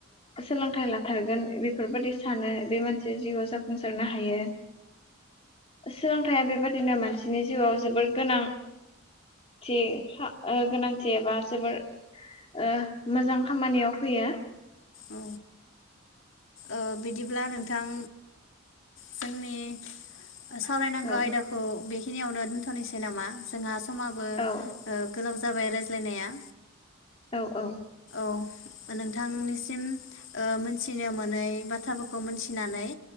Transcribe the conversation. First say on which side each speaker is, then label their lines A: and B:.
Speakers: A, on the left; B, on the left.
A: सोलोंथाय लाथारगोन बेफोरबादि सानो बे मानसिया जिउआव जाफुंसारनो हायो। <inaudible> सोलोंथाया बेबादिनो मानसिनि जिउआव जोबोर गोनां <unintelligible> जोबोर ओ मोजां खामानियाव फैयो
B: औ ओ बिदिब्ला नोंथां जोंनि सावरायनांगौ
A: औ
B: आयदाखौ बेखिनियावनो दोनथनिसै नामा जोंहा समाबो
A: औ
B: गोलाव जाबाय रायज्लायनाया
A: औ औ
B: औ नोंथांनिसिम ओ मोनथिनो मोनै बाथ्राफोरखौ मोनथिनानै